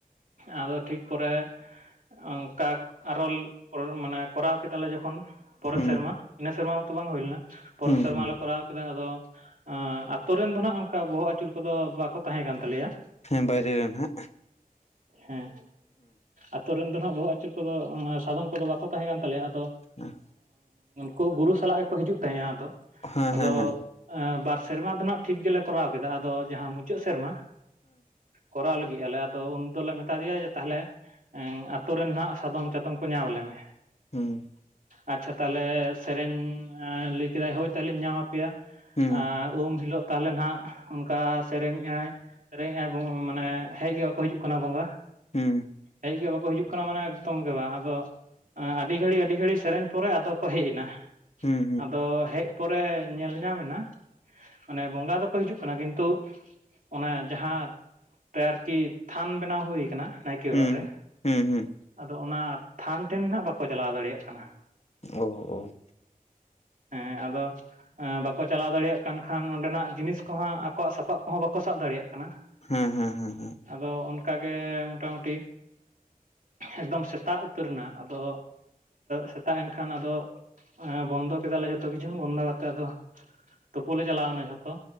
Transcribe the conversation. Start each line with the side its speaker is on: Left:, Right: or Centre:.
Right: ᱟᱫᱚ ᱴᱷᱤᱠ ᱯᱚᱨᱮ ᱚᱱᱠᱟᱜ ᱟᱨᱚᱞ ᱢᱟᱱᱮ ᱠᱚᱨᱟᱣ ᱠᱮᱫᱟᱞᱮ ᱡᱚᱠᱷᱚᱱ ᱯᱚᱨᱮᱨ
Left: ᱦᱩᱸ
Right: ᱥᱮᱨᱢᱟ ᱤᱱᱟᱹ ᱥᱮᱨᱢᱟ ᱢᱟᱛᱚ ᱵᱟᱝ ᱦᱩᱭᱞᱱᱟ
Left: ᱦᱩᱸ
Right: ᱯᱚᱨᱮᱨ ᱥᱮᱨᱢᱟ
Left: ᱦᱩᱸ
Right: ᱞᱮ ᱠᱚᱨᱟᱣ <inaudible> ᱟᱫᱚ ᱟᱛᱳ ᱨᱮᱱ ᱫᱚ ᱱᱟᱦᱜ ᱚᱱᱠᱟ ᱵᱚᱦᱚᱜ ᱟᱹᱪᱩᱨ ᱠᱚᱫᱚ ᱵᱟᱠᱚ ᱛᱟᱸᱦᱮᱸ ᱠᱟᱱ ᱛᱟᱞᱮᱭᱟ
Left: ᱦᱮᱸ ᱵᱟᱭᱨᱮ ᱨᱮᱱ ᱦᱟᱜ
Right: ᱦᱮᱸ ᱟᱛᱳ ᱨᱮᱱ ᱫᱚ ᱱᱟᱦᱟᱜ ᱵᱚᱦᱚᱜ ᱟᱹᱪᱩᱨ ᱠᱚᱫᱚ ᱥᱟᱫᱚᱢ ᱠᱚᱫᱚ ᱵᱟᱠᱚ ᱛᱟᱦᱮᱸ ᱠᱟᱱ ᱛᱟᱞᱮᱭᱟ ᱟᱫᱚ
Left: ᱦᱮᱸ
Right: ᱠᱳ ᱜᱩᱨᱩ ᱥᱟᱞᱟᱜ ᱜᱮᱠᱚ ᱦᱤᱡᱩᱜ ᱛᱟᱦᱮᱸᱜᱼᱟ ᱟᱫᱚ
Left: ᱦᱮᱸ
Right: ᱟᱫᱚᱼ
Left: ᱦᱮᱸ ᱦᱮᱸ
Right: ᱵᱟᱨ ᱥᱮᱨᱢᱟ ᱫᱚ ᱦᱟᱸᱜ ᱴᱷᱤᱠ ᱜᱮᱞᱮ ᱠᱚᱨᱟᱣ ᱠᱮᱫᱟ ᱟᱫᱚ ᱡᱟᱦᱟᱸ ᱢᱩᱪᱟᱹᱫ ᱥᱮᱨᱢᱟ ᱠᱚᱨᱟᱶ ᱞᱮᱫ ᱜᱮᱭᱟᱞᱮ ᱟᱫᱚ ᱩᱱ ᱫᱚᱞᱮ ᱢᱮᱛᱟ ᱫᱮᱭᱟ ᱡᱮ ᱛᱟᱦᱞᱮ ᱟᱛᱩᱨᱮᱱ ᱱᱟᱜ ᱥᱟᱫᱚᱢ ᱪᱟᱛᱚᱢ ᱠᱚ ᱧᱟᱢ ᱟᱞᱮ ᱢᱮ
Left: ᱦᱩᱸ
Right: ᱟᱪᱪᱷᱟ ᱛᱟᱦᱟᱞᱮ ᱥᱮᱨᱮᱧ ᱞᱟᱹᱭ ᱠᱮᱫᱟᱭ ᱦᱳᱭ ᱛᱟᱦᱚᱞᱮᱧ ᱧᱟᱢ ᱟᱯᱮᱭᱟ
Left: ᱦᱩᱸ
Right: ᱟᱨ ᱩᱢ ᱦᱤᱞᱳᱜ ᱛᱟᱦᱚᱞᱮ ᱱᱟᱜ ᱚᱱᱠᱟ ᱥᱮᱨᱮᱧᱮᱜᱼᱟᱭ ᱥᱮᱨᱮᱧᱟᱭ ᱢᱟᱱᱮ ᱦᱮᱡ ᱜᱮ ᱵᱟᱠᱚ ᱦᱤᱡᱩᱜ ᱠᱟᱱᱟ ᱵᱚᱸᱜᱟ
Left: ᱦᱩᱸ
Right: ᱦᱮᱡ ᱜᱮ ᱵᱟᱠᱚ ᱦᱤᱡᱩᱜ ᱠᱟᱱᱟ ᱢᱟᱱᱮ ᱮᱠᱫᱚᱢ ᱜᱮ ᱵᱟᱝ ᱟᱫᱚ ᱟᱹᱰᱤ ᱜᱷᱟᱹᱲᱤ ᱟᱹᱰᱤ ᱜᱷᱟᱹᱲᱤᱡ ᱥᱮᱨᱮᱧ ᱯᱚᱨᱮ ᱟᱫᱚ ᱠᱚ ᱦᱮᱡ ᱮᱱᱟ
Left: ᱦᱩᱸ
Right: ᱟᱫᱚ ᱦᱮᱡ ᱯᱚᱨᱮ ᱧᱮᱞ ᱧᱟᱢᱮ ᱮᱱᱟ ᱢᱟᱱᱮ ᱵᱚᱸᱜᱟ ᱫᱚᱠᱚ ᱦᱤᱡᱩᱜ ᱠᱟᱱᱟ ᱠᱤᱱᱛᱩ ᱚᱱᱟᱮ ᱡᱟᱦᱟᱸ ᱟᱨᱠᱤ ᱛᱷᱟᱱ ᱵᱮᱱᱟᱣ ᱦᱩᱭ ᱠᱟᱱᱟ ᱱᱟᱭᱠᱮ
Left: ᱦᱩᱸ ᱦᱩᱸ
Right: ᱚᱲᱟᱜ ᱨᱮ
Left: ᱦᱩᱸ ᱦᱩᱸ
Right: ᱟᱫᱚ ᱚᱱᱟ ᱛᱷᱟᱱ ᱴᱷᱮᱱ ᱱᱟᱜ ᱵᱟᱠᱚ ᱪᱟᱞᱟᱣ ᱫᱟᱲᱮᱭᱟᱜ ᱠᱟᱱᱟ
Left: ᱚᱸ ᱚᱸ
Right: ᱦᱮᱸ ᱟᱫᱚ ᱦᱮᱸ ᱵᱟᱠᱚ ᱪᱟᱞᱟᱣ ᱫᱟᱲᱮᱭᱟᱜ ᱠᱟᱱ ᱠᱷᱟᱱ ᱚᱸᱰᱮᱱᱟᱜ ᱡᱤᱱᱤᱥ ᱠᱚᱦᱚᱸ ᱟᱠᱚᱣᱟᱜ ᱥᱟᱯᱟᱵ ᱠᱚᱦᱚᱸ ᱵᱟᱠᱚ ᱥᱟᱵ ᱫᱟᱲᱮᱭᱟᱜ ᱠᱟᱱᱟ
Left: ᱦᱮᱸ ᱦᱮᱸ ᱦᱮᱸ ᱦᱮᱸ
Right: ᱟᱫᱚ ᱚᱱᱠᱟᱜᱮ ᱢᱚᱴᱟᱢᱩᱴᱤ ᱮᱠᱫᱚᱢ ᱥᱮᱛᱟᱜ ᱩᱛᱟᱹᱨ ᱮᱱᱟ ᱟᱫᱚ ᱥᱮᱛᱟᱜ ᱮᱱᱠᱷᱟᱱ ᱟᱫᱚ ᱦᱮᱸ ᱵᱚᱱᱫᱚ ᱠᱮᱫᱟᱞᱮ ᱡᱷᱚᱛᱚ ᱠᱤᱪᱷᱩ ᱵᱚᱱᱫᱚ ᱠᱟᱛᱮ ᱟᱫᱚ ᱛᱩᱯᱩ ᱞᱮ ᱪᱟᱞᱟᱣᱱᱟ ᱡᱷᱚᱛᱚ